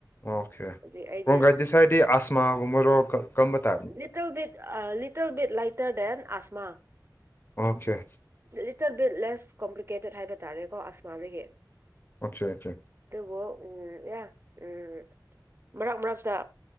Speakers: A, on the left; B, on the right.
A: ꯑꯣꯀꯦ
B: ꯍꯧꯖꯤꯛ ꯑꯩꯗꯤ
A: ꯔꯣꯡ ꯥꯏꯗꯤ ꯁꯥꯏꯗꯤ ꯑꯁꯃꯥꯒꯨꯝꯕꯔꯣ ꯀꯔꯝꯕ ꯇꯥꯏꯕꯅꯣ
B: little bit little bit lighter then ꯑꯁꯃꯥ
A: ꯑꯣꯦ
B: ꯂꯤꯇꯔ ꯕꯤꯠ ꯂꯦꯁ ꯀꯣꯝꯄ꯭ꯂꯤꯀꯦꯇꯦꯠ ꯍꯥꯏꯕ ꯇꯥꯔꯦꯀꯣ ꯑꯁꯃꯥꯗꯒꯤ
A: ꯑꯆꯥ ꯑꯆꯥ
B: ꯑꯗꯨꯕꯨ ꯎꯝ ꯑꯦ ꯎꯝ ꯃꯔꯛ ꯃꯔꯛꯇ